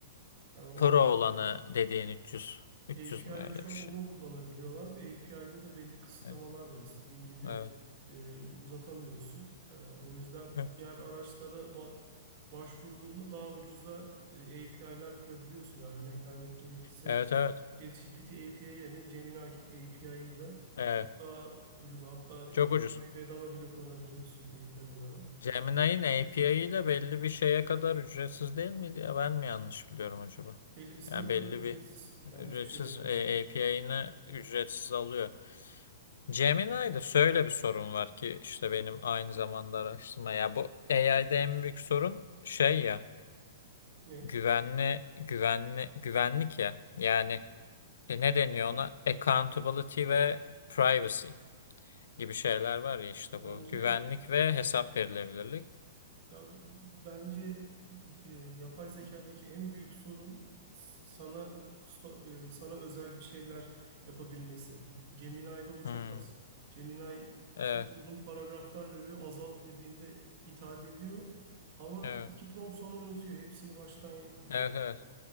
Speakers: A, on the right (about 40°); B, on the left (about 80°).
A: Yani o
B: Pro olanı dediğin 300. 300
A: API
B: mü
A: ile
B: öyle
A: şu
B: bir
A: an
B: şey?
A: onu kullanabiliyorlar ve API'da da belli kısıtlamalar
B: Evet.
A: var. İstediğin gibi
B: Evet.
A: e, uzatamıyorsun. E, o yüzden
B: Hı.
A: diğer araçlara ba- başvurduğunda daha ucuza e, API'lar kurabiliyorsun. Yani örnek vermek gerekirse
B: Evet. Evet.
A: ChatGPT API yerine Gemini API ile
B: Evet.
A: çok daha ucuz. Hatta Gemini
B: Çok ucuz.
A: bedava bile kullanabiliyorsun API olarak.
B: Gemini'nin API ile belli bir şeye kadar ücretsiz değil miydi ya? Ben mi yanlış biliyorum acaba?
A: Belli bir sınıra
B: Yani belli
A: kadar ücretsiz.
B: bir
A: Yani
B: ücretsiz
A: hiçbir şey ödemiyorsun.
B: API'ini ücretsiz alıyor. Gemini'de şöyle bir sorun var ki işte benim aynı zamanda araştırma ya bu AI'de en büyük sorun şey ya
A: Ney?
B: güvenli güvenli güvenlik ya yani e, ne deniyor ona? Accountability ve privacy gibi şeyler var ya işte
A: Bence
B: bu. Güvenlik ve hesap verilebilirlik.
A: Ya bence e, yapay zekadaki en büyük sorun sana kusta- e, sana özel bir şeyler yapabilmesi. Gemini'de o çok
B: Hmm.
A: az. Gemini
B: Evet,
A: çok uzun paragraflar veriyor. Azalt dediğinde itaat ediyor. Ama
B: evet,
A: iki prompt sonra unutuyor. Hepsini baştan yapıyor.
B: evet, evet.